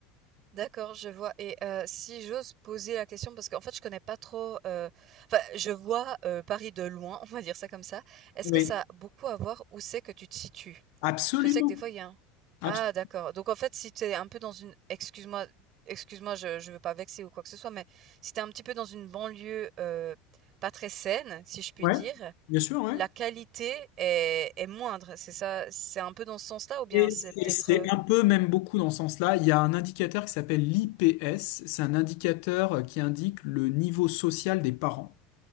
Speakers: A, on the right; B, on the left.
A: d'accord, je vois et heu, si j'ose poser la question parce qu'en fait, je connais pas trop, heu, enfin, je vois, heu, Paris de loin, <laughs> on va dire ça comme ça. Est-ce
B: Oui.
A: que ça a beaucoup à voir où c'est que tu te situes?
B: Absolument.
A: Je sais que des fois, il y a un
B: Abs-
A: ah d'accord. Donc en fait, si tu es un peu dans une excuse-moi excuse-moi, je je veux pas vexer ou quoi que ce soit, mais si tu es un petit peu dans une banlieue, heu, pas très saine, si je puis
B: ouais.
A: dire,
B: Bien sûr, ouais.
A: la qualité est est moindre. C'est ça? C'est un peu dans ce sens-là ou bien
B: Et
A: c'est
B: C'est
A: peut-être,
B: c'est
A: heu
B: un peu, même beaucoup dans ce sens-là. Il y a un indicateur qui s'appelle l'IPS. C'est un indicateur qui indique le niveau social des parents.